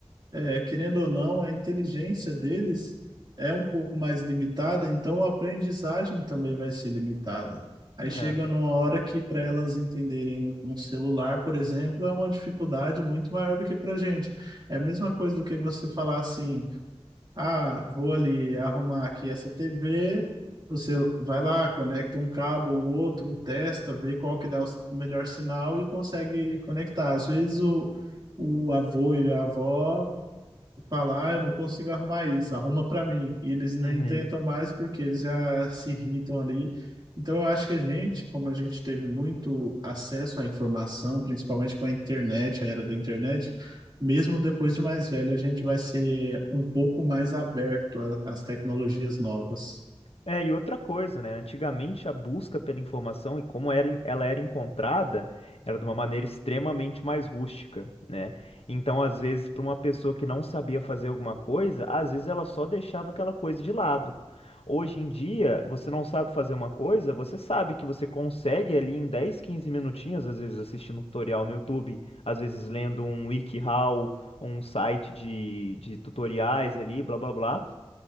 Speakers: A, on the right (about 45°); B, on the left (about 70°).
A: é, querendo ou não, a inteligência deles é um pouco mais limitada, então a aprendizagem também vai ser limitada. Aí
B: é,
A: chega numa hora que para elas entenderem um celular, por exemplo, é uma dificuldade muito maior do que para a gente. É a mesma coisa do que você falar assim: ah, vou ali arrumar aqui essa TV. Você vai lá, conecta um cabo ou outro, testa, vê qual que dá o melhor sinal e consegue conectar. Às vezes o, o avô e a avó falar, "Ah, eu não consigo arrumar isso, arruma para mim. E eles nem
B: uhum,
A: tentam mais porque eles já se irritam ali. Então eu acho que a gente, como a gente teve muito acesso à informação, principalmente com a internet, a era da internet, mesmo depois de mais velho, a gente vai ser um pouco mais aberto a- às tecnologias
B: uhum.
A: novas.
B: É, e outra coisa, né? Antigamente a busca pela informação e como era, en- ela era encontrada era de uma maneira extremamente mais rústica, né? Então, às vezes, para uma pessoa que não sabia fazer alguma coisa, às vezes ela só deixava aquela coisa de lado. Hoje em dia, você não sabe fazer uma coisa, você sabe que você consegue ali em 10, 15 minutinhos, às vezes assistindo um tutorial no YouTube, às vezes lendo um WikiHow, um site de, de tutoriais ali, blá blá blá.